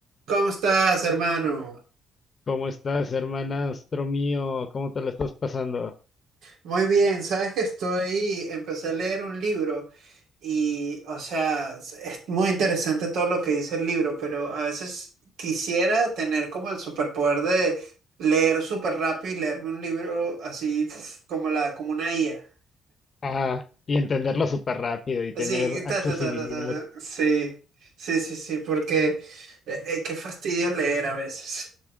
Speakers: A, on the right; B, on the left.
A: ¿Cómo estás, hermano?
B: ¿Cómo estás, hermanastro mío? ¿Cómo te la estás pasando?
A: Muy bien, sabes que estoy, empecé a leer un libro y, o sea, es es muy interesante todo lo que dice el libro, pero a veces quisiera tener como el superpoder de leer súper rápido y leerme un libro así pf, como la, como una IA.
B: Ah, y entenderlo súper rápido y
A: Así,
B: tener accesibilidad.
A: ta, ta, ta, ta, ta, ta. Sí, sí, sí, sí, porque eh, eh, qué fastidio leer a veces.